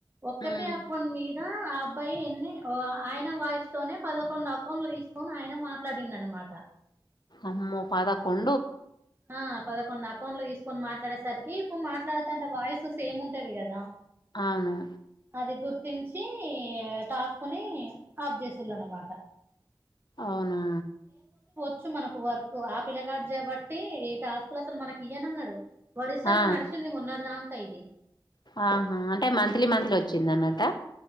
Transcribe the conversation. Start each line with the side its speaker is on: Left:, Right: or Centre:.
Right: ఒక్కతే
Left: ఉమ్.
Right: అక్కండి మీరు ఆ అబ్బాయి ఎన్ని ఆయన వాయిస్ తోనే పదకొండు అక్కన్లు తీసుకొని ఆయన మాట్లాడింది అనమాట
Left: అమ్మో పాదకుం
Right: ఆ పదకొండు అకౌంట్లు తీసుకొని మాట్లాడేసరికి ఇప్పుడు మాట్లాడతంటే వాయిస్ స ఏము ఉంటాది కదా.
Left: అవును.
Right: అది గుర్తింఛీ టాస్కుని ఆఫ్ చేసిళ్ళ అన్నమాట.
Left: అవునా.
Right: వొచ్చ మనకు వర్క్ ఆ పిలగాడు చేయబట్టి టాస్కులు అసలు మనకి ఇయ్యానన్నాడు. ఒడిశాలో
Left: ఆ
Right: నడిచింది మొన్నటి దాంక. ఖైదీ.
Left: ఆహా అంటే మంత్లీ మంత్లీ వొచ్చింద అన్నట.